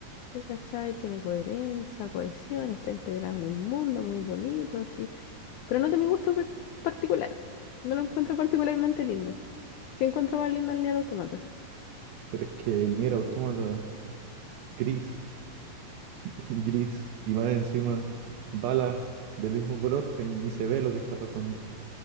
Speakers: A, on the left; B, on the right.
A: ¿cachai? Tiene coherencia, cohesión, está integrado en el mundo, muy bonito, así. Pero no de mi gusto per- particular. No lo encuentro particularmente lindo. Sí encuentro más lindo el Nier Automata.
B: Pero es que el Nier Automata gris <laughs> y gris y más encima balas del mismo color que ni se ve lo que está pasando.